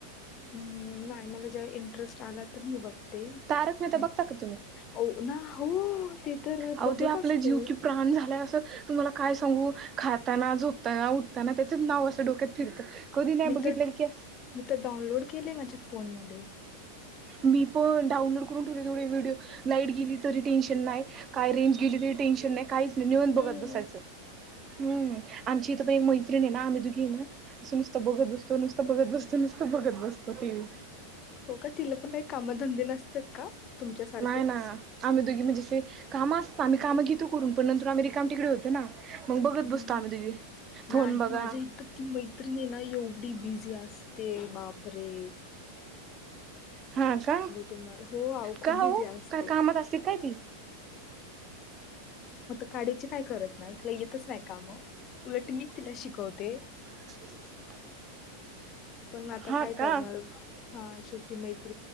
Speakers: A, on the left; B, on the right.
A: हम्म नाही मला जेव्हा इंटरेस्ट आला तर मी बघ ते
B: तारक मेहता
A: ना
B: बघता का
A: हो ना हो.. ते तर
B: आहो
A: बघत
B: ते आपले
A: असतो
B: जीव कि प्राण झालाय असं तुम्हाला काय सांगू खाताना झोपताना उठताना त्याच नाव असं डोक्यात फिरतं कधी नाही
A: मी
B: बघितलं
A: तर
B: की
A: मी तर डाउनलोड केले माझ्या फोनमध्ये
B: मी पण डाउनलोड करून ठेवले तेवढे व्हिडिओ लाईट गेली तरी टेन्शन नाही काय रेंज गेली तरी टेन्शन नाही काहीच निवांत बघत
A: हम्म
B: बसायचं हम्म आमची इथं पण एक मैतिणी ना आम्ही दुघी आहे ना असं नुसतं बघत बसतो नुसतं बघत बसतो नुसतं बघत बसतो टीव्ही
A: हो का तिला पण काही कामधंदे नसतात का तुमच्यासारखेच
B: नाही ना आम्ही दोघी म्हणजेे काम असत आम्ही काम घेतो करून पण नंतर आम्ही रिकाम तिकडे होतो ना मग बघत
A: हम्म
B: बसतो आम्ही तुझी फोन
A: नाही
B: बघा
A: माझ्या इथं ती मैत्रिणी ना एवढी बिझी असते वापरे
B: हा का
A: तुम्हाला हो आहो खूप
B: का
A: बिझी
B: हो
A: असते.
B: काय कामात असते काय ती
A: काढाची काय करत नाही तिला येतच नाही काम उलट मी तिला शिकवते
B: <inaudible>
A: पण आता
B: हा
A: काय
B: का
A: करणार हा शेवटी मै